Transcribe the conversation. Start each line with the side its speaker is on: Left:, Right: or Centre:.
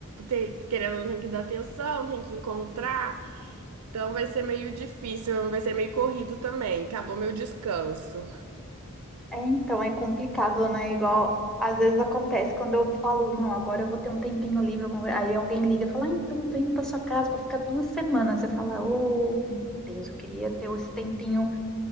Right: ter- querendo, ou não, tem que dar atenção, tem que encontrar. Então, vai ser meio difícil, vai ser meio corrido também. Acabou meu descanso.
Centre: É, então, é complicado, né? Igual, às vezes acontece, quando eu falo, não, agora eu vou ter um tempinho livre, alguma coisa", aí alguém liga e fala, ah, então, eu tô indo pra sua casa pra ficar duas semanas. Você fala, oh, meu Deus, eu queria ter esse tempinho